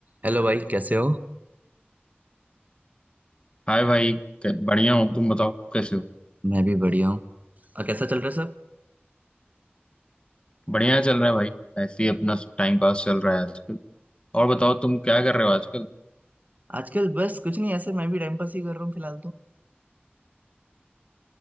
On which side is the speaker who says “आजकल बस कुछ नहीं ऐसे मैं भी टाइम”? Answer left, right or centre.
Right